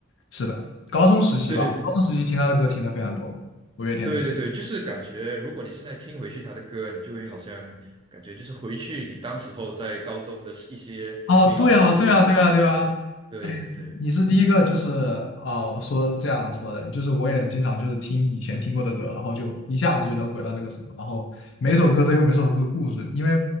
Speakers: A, on the left (about 65°); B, on the right (about 25°).
A: 是的，高中时期吧，
B: 对对对
A: 高中时期听他的歌听的非常多，五月天的。
B: 对对对，就是感觉，如果你现在听回去他的歌，你就会好像感觉就是回去你当时候在高中的一些美好的回忆嘛。
A: 哦，对啊，对啊，对啊，对啊，
B: 对对对
A: 你是第一个，就是哦、呃说这样说的，就是我也经常就是听以前听过的歌，然后就一下子就能回到那个什么，然后每首歌都有每首歌故事，因为